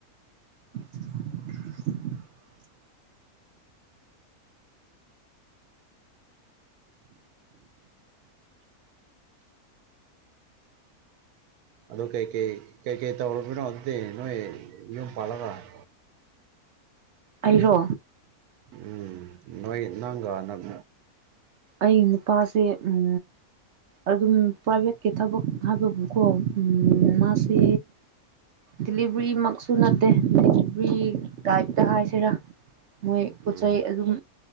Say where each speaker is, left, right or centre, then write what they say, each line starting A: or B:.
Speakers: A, on the right; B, on the right.
A: <inaudible>
B: ꯑꯗꯣ ꯀꯩꯀꯩ ꯀꯩꯀꯩ ꯇꯧꯔꯕꯅꯣ ꯑꯗꯨꯗꯤ ꯅꯣꯏ ꯌꯨꯝ ꯄꯥꯜꯂꯒ <inaudible>
A: ꯑꯩꯔꯣ
B: ꯎꯝ ꯅꯣꯏ ꯅꯪꯒ ꯅꯪ
A: ꯑꯩ ꯅꯨꯄꯥꯁꯦ ꯎꯝ ꯑꯗꯨꯝ ꯄ꯭ꯔꯥꯏꯚꯦꯠꯀꯤ ꯊꯕꯛ ꯍꯥꯏꯕꯕꯨꯀꯣ ꯎꯝ ꯃꯥꯁꯦ ꯗꯤꯂꯤꯚ꯭ꯔꯤꯃꯛꯁꯨ ꯅꯠꯇꯦ ꯗꯤꯂꯤꯚ꯭ꯔꯤ ꯇꯥꯏꯞꯇ ꯍꯥꯏꯁꯤꯔꯥ ꯃꯣꯏ ꯄꯣꯠ
B: ꯎꯝ
A: ꯆꯩꯩ ꯑꯗꯨꯝ